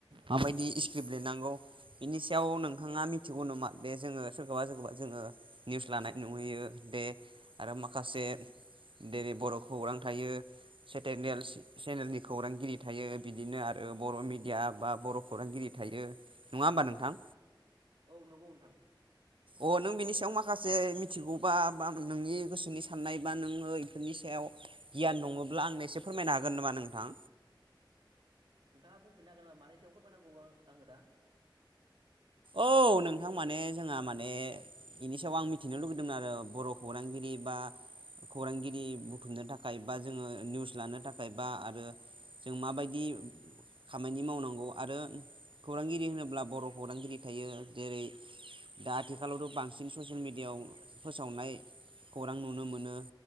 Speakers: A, on the right (about 80°); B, on the right (about 65°).
A: माबायदि स्क्रिप्ट लिरेनांगौ बिनि सायाव नोंथाङा मिथिगौ नामा? बे जोङो सोरखौबा सोरखौबा जोङो निउस लानाय नुहैयो दे आरो माखासे जेरै बर' खौरां थायो सेटेल चेनेलनि खौरांगिरि थायो बिदिनो आरो बर' मिडिया बा बर' खौरांगिरि थायो नङा होमबा नोंथां?
B: औ नंगौ नोंथां।
A: अ नों बिनि सायाव माखासे मिथिगौबा बा नोंनि गोसोनि साननाय बा नोङो बेफोरनि सायाव गियान नङब्ला आंनो एसे फोरमायनो हागोन नामा नोंथां?
B: नोंथाङा बुंफिननो हागोन नामा मानि सोयाव फोरमायनांगौ आङो दा?
A: औ नोंथां माने जोंहा माने बेनि सायाव आं मिथिनो लुगैदोंमोन आरो बर खौरांगिरि बा खौरांगिरि बुथुमनो थाखाय बा जोङो निउस लानो थाखाय बा आरो जों माबायदि खामानि मावनांगौ आरो खौरांगिरि होनोब्ला बर' खौरांगिरि थायो जेरै दा आथिखालावथ बांसिन ससियेल मेडियाआव फोसावनाय खौरां नुनो मोनो